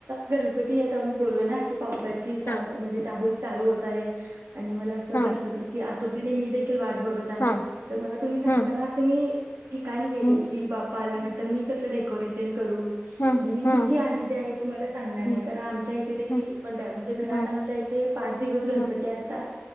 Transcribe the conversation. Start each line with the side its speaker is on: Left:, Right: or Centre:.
Right: गणपती येता आम्ही बोललो ना की पावसाची चाहू
Left: हा
Right: म्हणजे चाहूल चालू होत आहे. आणि मला असं
Left: हा
Right: गणपतीची आ कृती मी वाट बघत आहे.
Left: हा
Right: तर मला तुम्ही सांगताना
Left: हम्म
Right: अस मी ठिकाणी गेले
Left: हम्म
Right: की बा नंतर, मी कस. डेकोरेशन. करू
Left: हम्म
Right: आणि मी
Left: हम्म
Right: किती आनंदी आहे तुम्हाला सांगणार नाही,
Left: हम्म
Right: कारण आमच्या इथे देखील
Left: हम्म
Right: मंड म्हणजे, घरात
Left: हम्म
Right: आमच्या इथे पाच दिवस गणपती
Left: हम्म
Right: असतात